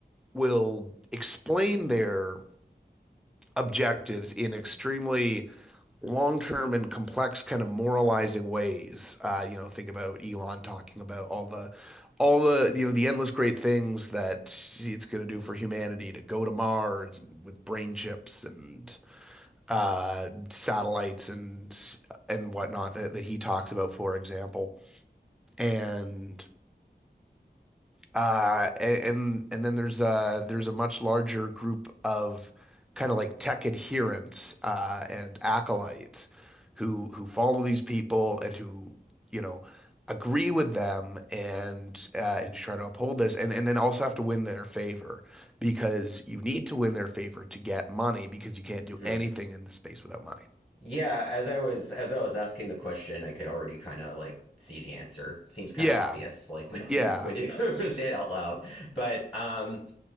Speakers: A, in the centre; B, on the left.
A: will explain their objectives in extremely long-term and complex kind of moralizing ways uh, you know think about elon talking about all the all the you know the endless great things that it's going to do for humanity to go to mars with brain chips and uh, satellites and and whatnot that, that he talks about, for example. And uh, and and then there's a there's a much larger group of kind of like tech adherents uh, and acolytes who who follow these people and who you know agree with them and uh, and try to uphold this and and then also have to win their favor because you need to win their favor to get money because you can't do
B: Hmm.
A: anything in the space without money.
B: Yeah, as I was as I was asking the question, I could already kind of like see the answer. Seems kind
A: Yeah.
B: of obvious, like when <laughs>
A: Yeah.
B: when you <laughs> say it out loud, but um.